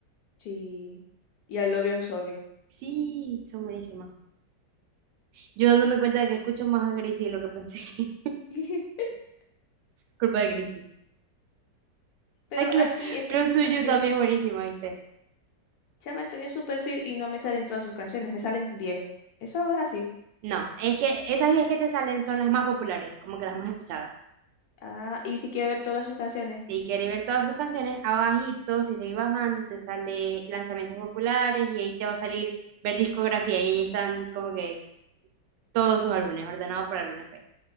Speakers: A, on the left (about 65°); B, on the right (about 85°).
A: Sí. Y I Love You, I'm Sorry.
B: Sí, son buenísimas. Yo dándome cuenta de que escucho más a Gracie de lo que pensé. <laughs>
A: <laughs>
B: Culpa de Christy.
A: Pero
B: Ay, Clo-
A: aquí este
B: Close
A: es
B: to
A: tu perfil.
B: You también es buenísima, ¿viste?
A: Chama, estoy en su perfil y no me salen todas sus canciones, me salen 10. Eso es así.
B: No, es que esas 10 que te salen son las más populares, como que las más escuchadas.
A: Ah, y si quiero ver todas sus canciones.
B: Si quieres ver todas sus canciones, abajito, si seguís bajando, te sale lanzamientos populares y ahí te va a salir ver discografía y ahí están como que todos sus álbumes, ordenados por álbumes. pues.